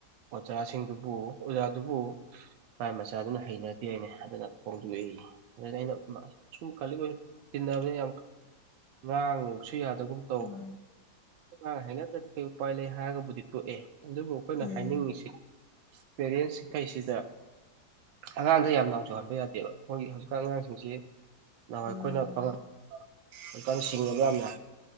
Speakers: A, on the right (about 85°); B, on the left (about 75°).
A: ꯑꯣꯖꯥꯁꯤꯡꯗꯨꯕꯨ ꯑꯣꯖꯥꯗꯨꯕꯨ ꯃꯥꯥꯏ ꯃꯆꯥꯗꯨꯅ ꯍꯩꯅꯗꯦꯅꯦ ꯑꯗꯨꯅ ꯐꯣꯡꯗꯣꯛꯏ ꯑꯗꯨ ꯑꯩꯅ ꯁꯨꯝ ꯈ ꯆꯤꯕꯅ ꯌꯥꯝ ꯉꯥꯡꯉꯨꯁꯨ ꯌꯥꯗꯒꯨꯝ ꯇꯧ
B: ꯎꯝ
A: ꯉꯥꯡ ꯍꯥꯏꯅ ꯀꯩ ꯎꯄꯥꯏ ꯂꯩ ꯍꯥꯏꯔꯒꯕꯨꯗꯤ ꯇꯣꯛꯑꯦ ꯑꯗꯨꯕꯨ ꯑꯩꯈꯣꯏꯅ
B: ꯎꯝ
A: ꯍꯥꯏꯅꯤꯡꯉꯁꯤ ꯄꯦꯔꯦꯟꯁꯈꯩꯁꯤꯗ ꯑꯉꯥꯡꯗ ꯌꯥꯝ ꯂꯥꯎꯖꯍꯟꯕ ꯌꯥꯗꯦꯕ ꯑꯩꯈꯣꯏꯒꯤ ꯍꯧꯖꯤꯛꯀꯥꯟ ꯑꯉꯥꯡꯁꯤꯡꯁꯤ ꯅꯍꯥꯟꯏ ꯑꯩꯈꯣꯏꯅ
B: ꯃꯥꯅꯤ
A: ꯄꯉꯛꯀ
B: ꯃꯥꯅꯤ
A: ꯁꯤꯡꯉꯒ ꯌꯥꯝꯅ